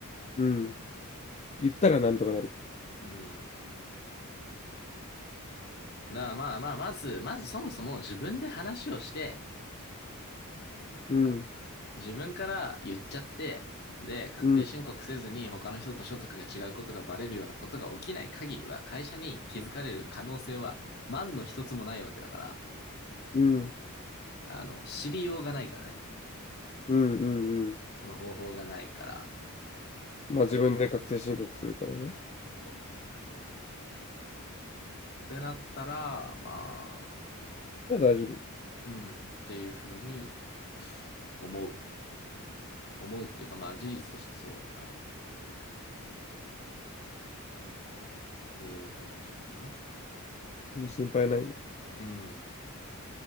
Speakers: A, on the left; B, on the left.
A: うん。うん。言ったらなんとかなる。
B: うん。だからまあまあ、まず、まずそもそも自分で話をして、
A: うん。
B: 自分から言っちゃって、で、確定申告せずに他の人と所得が違うことがバレるようなことが起きない限りは、
A: うん。
B: 会社に気づかれる可能性は万の一つもないわけだから、
A: うん。
B: あの、知りようがないからね。
A: うん。うんうん。
B: その方法がないから。
A: まあ自分で確定申告するからね。
B: そうってなったら、まあ、
A: いや大丈夫。
B: うん、っていうふうに思う。思うっていうか、まあ事実としてそうだから、っていう感じかな。
A: うん心配ないね。
B: うん。